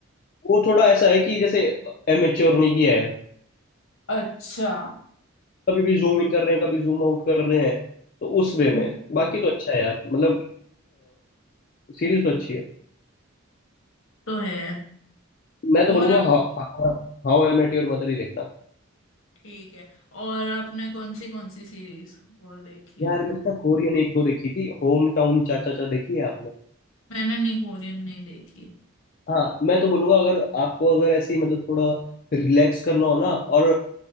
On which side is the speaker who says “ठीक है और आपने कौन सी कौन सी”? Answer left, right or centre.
Left